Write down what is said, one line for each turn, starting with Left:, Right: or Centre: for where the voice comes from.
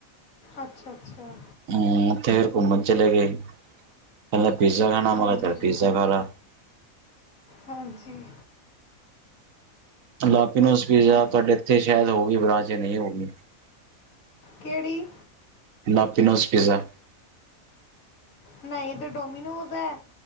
Left: ਅੱਛਾ ਅੱਛਾ ਅੱਛਾ
Right: ਹਮ, ਫੇਰ ਘੁੰਮਨ ਚਲੇ ਗਏ ਕਹਿੰਦਾ ਪੀਜ਼ਾ ਖਾਨਾ ਮੈਂ
Left: ਹਾਂਜੀ
Right: ਕਿਹਾ ਚਲ ਪੀਜ਼ਾ ਖਾ ਲੈ।
Left: ਹਾਂਜੀ
Right: ਲਾਪੀਨੋਜ਼ ਪੀਜਾ
Left: ਤੁਹਾਡੀ
Right: ਤੁਹਾਡੇ ਇੱਥੇ ਸ਼ਾਇਦ ਹੋਗੀ ਬਰਾਂਚ ਯਾ ਸ਼ਾਯਦ ਨਈ ਹੋਗੀ।
Left: ਕੇੜੀ?
Right: ਲਾਪੀਨੋਜ਼ ਪੀਜ਼ਾ।
Left: ਨਈ ਇੱਥੇ ਡੋਮੀਨੋਜ਼ ਐ